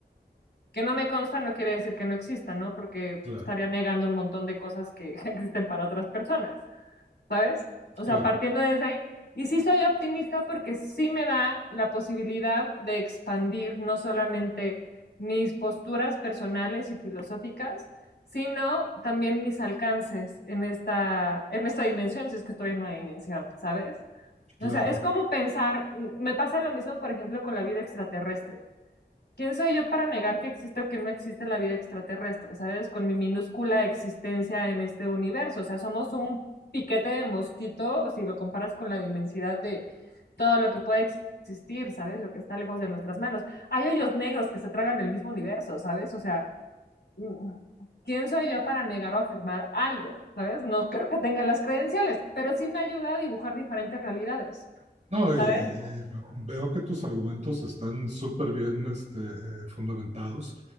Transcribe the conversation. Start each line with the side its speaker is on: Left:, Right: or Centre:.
Left: que no me consta, no quiere decir que no exista, ¿no? Porque
Right: claro,
Left: estaría negando un montón de cosas que <laughs> existen para otras personas. ¿sabes? O sea,
Right: claro,
Left: partiendo desde ahí. Y sí soy optimista porque sí me da la posibilidad de expandir no solamente mis posturas personales y filosóficas, sino también mis alcances en esta, en esta dimensión, si es que estoy en una dimensión, ¿sabes?
Right: claro.
Left: O sea, es como pensar, me pasa lo mismo, por ejemplo, con la vida extraterrestre. ¿Quién soy yo para negar que existe o que no existe la vida extraterrestre? ¿Sabes? Con mi minúscula existencia en este universo. O sea, somos un piquete de mosquito si lo comparas con la inmensidad de todo lo que puede existir, ¿sabes? Lo que está lejos de nuestras manos. Hay hoyos negros que se tragan el mismo universo, ¿sabes? O sea, mm, ¿quién soy yo para negar o afirmar algo? ¿Sabes? No creo que tenga las credenciales, pero sí me ayuda a dibujar diferentes realidades,
Right: No, y,
Left: ¿sabes?
Right: y veo que tus argumentos están súper bien este, eh, fundamentados.